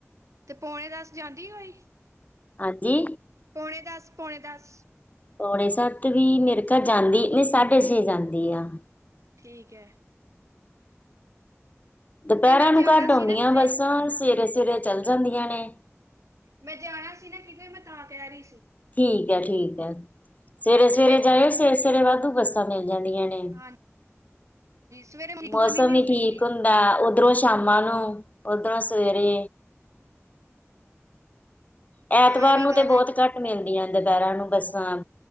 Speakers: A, on the right (about 90°); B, on the left (about 30°).
A: ਤੇ ਪੌਣੇ ਦਸ ਜਾਂਦੀ ਹੋਈ
B: ਹਾਂਜੀ
A: ਪੋਣੇ ਦਸ-ਪੋਣੇ ਦਸ
B: ਪੌਣੇ ਸੱਤ ਵੀ ਮੇਰੇ ਕਾਰ ਜਾਂਦੀ ਨਈ ਸਾਢੇ ਛੇ ਜਾਂਦੀ ਆ।
A: ਠੀਕ ਐ।
B: ਦੁਪੈਰਾਂ
A: ਮੈਂ
B: ਨੂੰ
A: ਜਾਣਾ
B: ਘੱਟ
A: ਸੀ
B: ਆਉਂਦੀਆਂ
A: ਨਾ ਕਿਤੇ
B: ਬੱਸਾਂ ਸਵੇਰੇ-ਸਵੇਰੇ ਚੱਲ ਜਾਂਦੀਆਂ ਨੇ।
A: ਮੈਂ ਜਾਣਾ ਸੀ ਨਾ ਕਿਤੇ ਮੈਂ ਤਾਂ ਕੈ ਰਈ ਸੀ।
B: ਠੀਕ ਐ-ਠੀਕ ਐ ਸਵੇਰੇ-ਸਵੇਰੇ
A: ਹਾਂਜੀ ਮੈਂ
B: ਜਾਇਓ ਸਵੇਰੇ-ਸਵੇਰੇ ਵਾਧੂ ਬੱਸਾਂ ਮਿਲ ਜਾਂਦੀਆਂ ਨੇ।
A: ਹਾਂਜੀ ਸਵੇਰੇ
B: ਮੌਸਮ
A: ਗਰਮੀ ਨੀ
B: ਵੀ
A: ਹੁੰਦੀ
B: ਠੀਕ
A: ਇੰਨੀ
B: ਹੁੰ ਦਾ ਓਧਰੋਂ ਸ਼ਾਮਾਂ ਨੂੰ ਓਧਰੋਂ ਸਵੇਰੇ ਐਤਵਾਰ
A: ਹਾਂ ਇਹ ਵੀ
B: ਨੂੰ
A: ਗੱਲ
B: ਤੇ ਬੋਤ
A: ਹੈਗੀ
B: ਘੱਟ ਮਿਲਦੀਆਂ ਦੁਪੈਰਾਂ ਨੂੰ ਬੱਸਾਂ